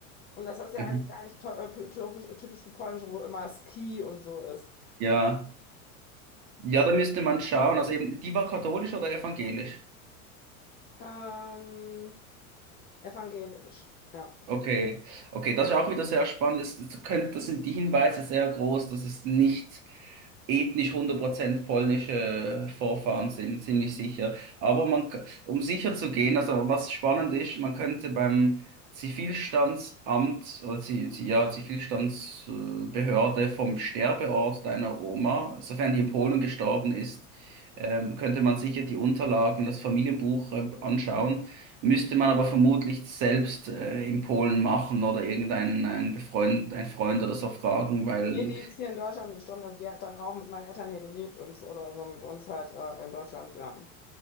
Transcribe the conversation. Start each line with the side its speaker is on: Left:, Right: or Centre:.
Left: und das ist ja
Right: Mhm.
Left: eigentlich gar nicht to- äh, typisch, äh, typisch für Polnisch, wo immer Ski und so ist.
Right: Ja. Ja, da müsste man schauen. Also eben, die war katholisch oder evangelisch?
Left: Ähm, evangelisch, ja.
Right: Okay, okay, das ist auch wieder sehr spannend. Das, das, könnt, das sind die Hinweise sehr groß, dass es nicht ethnisch 100% polnische Vorfahren sind, ziemlich sicher. Aber man, k- um sicher zu gehen, also was spannend ist, man könnte beim Zivilstandsamt oder Zi- Zi- ja, Zivilstandsbehörde vom Sterbeort deiner Oma, sofern die in Polen gestorben ist, ähm, könnte man sicher die Unterlagen, das Familienbuch äh, anschauen. Müsste man aber vermutlich selbst äh, in Polen machen oder irgendeinen einen Befreund, ein Freund oder so fragen, weil,
Left: Nee, die ist hier in Deutschland gestorben, also die hat dann auch mit meinen Eltern hier gelebt und so- oder so mit uns halt äh, in Deutschland, ja.